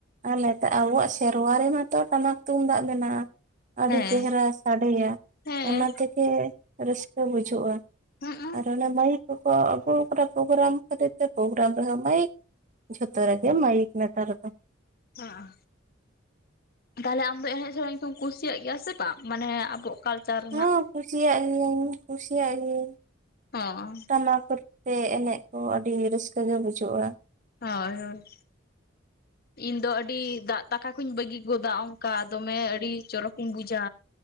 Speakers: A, on the right; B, on the left.
A: ᱟᱨ ᱱᱚᱛᱮ ᱟᱵᱚᱣᱟᱜ ᱥᱮᱨᱣᱟ ᱨᱮᱢᱟ ᱛᱚ ᱴᱟᱢᱟᱠ ᱛᱩᱢᱫᱟᱜ ᱵᱮᱱᱟᱜ-ᱟ, ᱟᱹᱰᱤ
B: ᱦᱮᱸ
A: ᱪᱮᱦᱨᱟ᱾ ᱥᱟᱰᱮᱭᱟ
B: ᱦᱮᱸ
A: ᱚᱱᱟ ᱛᱮᱜᱮ ᱨᱟᱹᱥᱠᱟᱹ ᱵᱩᱡᱷᱩᱜᱼᱟ᱾
B: ᱦᱩᱸᱜ-ᱩᱸ
A: ᱟᱨ ᱚᱱᱟ ᱢᱟᱹᱭᱤᱠ ᱠᱚ ᱠᱚ ᱟᱹᱜᱩᱣ ᱠᱟᱫᱟ ᱯᱨᱳᱜᱨᱟᱢ ᱠᱷᱟᱹᱛᱤᱨ ᱛᱮ ᱯᱨᱳᱜᱨᱟᱢ ᱨᱮᱦᱚᱸ ᱢᱟᱹᱭᱤᱠ᱾ ᱡᱷᱚᱛᱚ ᱨᱮ ᱜᱮ ᱢᱟᱹᱭᱤᱠ ᱱᱮᱛᱟᱨ ᱫᱚ᱾
B: ᱦᱩᱸᱜ-ᱩᱸ ᱛᱟᱦᱞᱮ ᱟᱢ ᱫᱚ ᱮᱱᱮᱡ ᱥᱮᱨᱮᱧ ᱠᱚᱢ ᱠᱩᱥᱤᱭᱟᱜ ᱜᱮᱭᱟ ᱥᱮ ᱵᱟᱝ ᱢᱟᱱᱮ ᱟᱵᱚᱣᱟᱜ ᱠᱟᱞᱪᱟᱨ ᱨᱮᱱᱟᱜ᱾
A: ᱦᱚᱸ ᱠᱩᱥᱤᱭᱟᱜ ᱜᱤᱭᱟᱹᱧ ᱠᱩᱥᱤᱭᱟᱜ ᱜᱤᱭᱟᱹᱧ᱾
B: ᱚ
A: ᱴᱟᱢᱟᱠ ᱠᱚᱛᱮ ᱮᱱᱮᱡ ᱠᱚ ᱟᱹᱰᱤ ᱨᱟᱹᱥᱠᱟᱹ ᱜᱮ ᱵᱩᱡᱚᱜᱼᱟ᱾
B: ᱦᱳᱭ ᱦᱳᱭ ᱤᱧ ᱫᱚ ᱟᱹᱰᱤ ᱫᱟᱜ ᱫᱟᱠᱟ ᱠᱩᱧ ᱵᱟᱹᱜᱤ ᱜᱚᱫᱟ ᱚᱱᱠᱟ ᱫᱚᱢᱮ ᱟᱹᱰᱤ ᱪᱚᱨᱚᱜ ᱤᱧ ᱵᱩᱡᱟ᱾